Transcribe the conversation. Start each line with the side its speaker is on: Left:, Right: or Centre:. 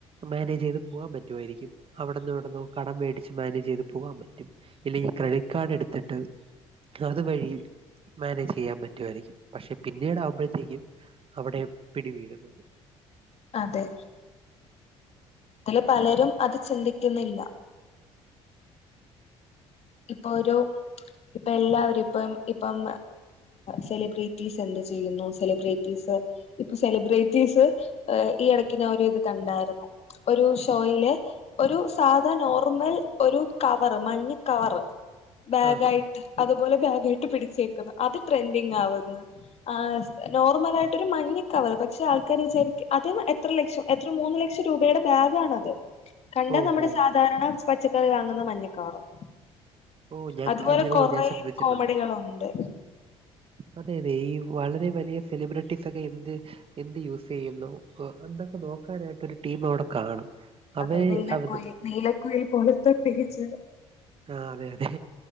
Right: മാനേജ് ചെയ്ത് പോകാൻ പറ്റുമായിരിക്കും അവിടെന്ന് ഇവിടെന്ന് കടം മേടിച്ച് മാനേജ് ചെയ്ത് പോകാൻ പറ്റും. ഇല്ലെങ്കി ഈ ക്രെഡിറ്റ് കാർഡ് എടുത്തിട്ട് അതുവഴി മാനേജ് ചെയ്യാൻ പറ്റുമായിരിക്കും. പക്ഷെ പിന്നീട് ആകുമ്പോഴത്തേക്കും അവിടെ പിടിവീഴും.
Left: അതെ ഇത് പലരും അത് ചിന്തിക്കുന്നില്ല. ഇപ്പൊ ഒരു ഇപ്പ എല്ലാവരും ഇപ്പം ഇപ്പം സെലിബ്രിറ്റീസ് എന്ത് ചെയ്യുന്നു സെലിബ്രിറ്റീസ് ഇപ്പൊ സെലിബ്രിറ്റീസ് ഈ ഇടക്ക് ഞാൻ ഒരു ഇത് കണ്ടായിരുന്നു ഒരു ഷോയില് ഒരു സാധാ നോർമൽ ഒരു കവർ മഞ്ഞ് കവർ ബാഗായിട്ട്-
Right: ആഹ്
Left: അതുപോലെ ബാഗായിട്ട് പിടിച്ചേക്കുന്നു അത് ട്രെൻഡിങ് ആവുന്നു. ആഹ് നോർമലായിട്ടൊരു മഞ്ഞ് - കവർ പക്ഷെ ആൾക്കാർ വിചാരിക്ക അത് എത്ര ലക്ഷം എത്ര മൂന്ന് ലക്ഷം രൂപയുടെ ബാഗ ആണത് കണ്ട
Right: ഓ
Left: നമ്മുടെ
Right: ഓ
Left: സാധാരണ പച്ചക്കറി വാങ്ങുന്ന മഞ്ഞക്കവറും
Right: ഓ ഞാൻ
Left: അതുപോലെ
Right: ക- ഞാൻ-
Left: കൊറെ
Right: ഓ ഞാൻ ശ്രദ്ധിച്ചിട്ടുണ്ട്.
Left: കോമഡികളുണ്ട്
Right: അതെ അതെ ഈ വളരെ വലിയ സെലിബ്രിറ്റീസ് ഒക്കെ എന്ത് എന്ത് യൂസ് ചെയ്യുന്നു എന്തൊക്കെ നോക്കാനായിട്ട് ഒരു ടീം അവിടെ കാണും. അവര്
Left: അതെ നീലക്കുയിൽ
Right: അവത്
Left: നീലക്കോഴി പോലത്തൊ പേജ്
Right: ആഹ് അതെ അതെ